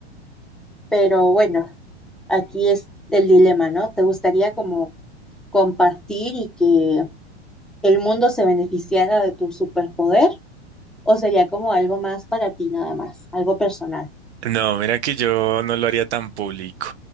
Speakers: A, in the centre; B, on the right (about 75°).
A: Pero bueno, aquí es el dilema, ¿no? ¿Te gustaría como compartir y que el mundo se beneficiara de tu superpoder? ¿O sería como algo más para ti nada más, algo personal?
B: No, mira que yo no lo haría tan público.